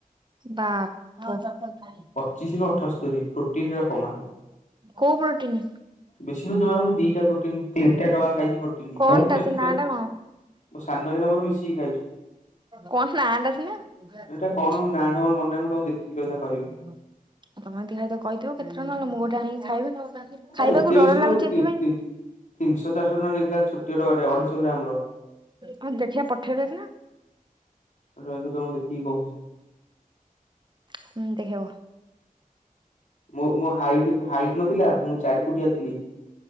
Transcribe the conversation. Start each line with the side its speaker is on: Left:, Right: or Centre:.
Right: ବାପ <unintelligible>
Left: ପଚିଶି ରୁ ଅଠସ୍ତରୀ। ପ୍ରୋଟିନ ର କମାଲ୍
Right: କୋଉ ପ୍ରୋଟିନ?
Left: ବେଶୀ ନୁହେଁ ଜମାରୁ ମୁଁ ଦିଟା ପ୍ରୋଟିନ ତିନିଟା ଡବା ଖାଇଛି ପ୍ରୋଟିନ
Right: କଣ
Left: ମୁଁ ଫୁଣି
Right: ଟା ସେ
Left: <unintelligible>
Right: ନା ଟା କଣ
Left: ମୋ ସାନଭାଇ ର ମୋର ମିଶିକି ଖାଇଛୁ।
Right: କଣ ପ୍ଲାନ୍ ଅଛି ନା। ତମେ ଏମିତି
Left: ଏଇଟା କଣ ମୋ ନାଁ ଟା ମୋର ମନେ ନାହିଁ ମୁଁ ତମକୁ ଦେଖିକି ରହିଥା କହିବି।
Right: ଖାାଇବାକୁ କହିଦବୁ କେତେ ଟଙ୍କା ନଉଛି ମୁଁ ଗୋଟେ ଆଣିକି ଖାଇବି, ଖାଇବାକୁ
Left: ଏ ଏତେ ବେଶୀ
Right: ଡର
Left: ନୁହଁ
Right: ଲାଗୁଛି
Left: ତି
Right: ଏଥିପାଇଁ
Left: ତି ତିନିଶହ, ଚାରିଶହ ଟଙ୍କା ନେଇଥିଲା ଛୋଟିଆ ଡବା ଟାଏ ଅଢେଇଶହ ଗ୍ରାମ୍ ର।
Right: ହଉ ଦେଖିବା ପଠେଇବେ ସିନା
Left: ରହିଥାଅ ତମକୁ ଦେଖିକି କହୁଛି।
Right: ହୁଁ ଦେଖିହବ।
Left: ମୋ ମୋ ହାଇଟ୍ ହାଇଟ୍ ନଥିଲା ମୁଁ ଚାରି ଫୁଟିଆ ଥିଲି,